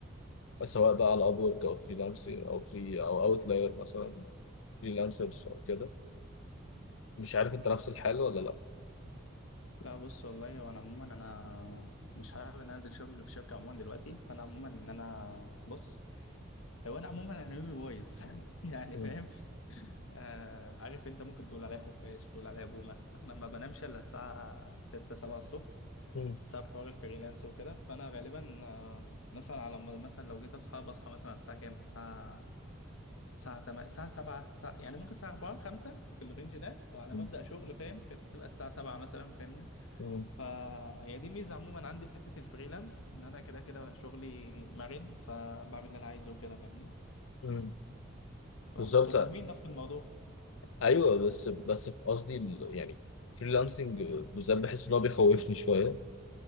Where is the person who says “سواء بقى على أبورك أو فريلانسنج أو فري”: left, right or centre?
Left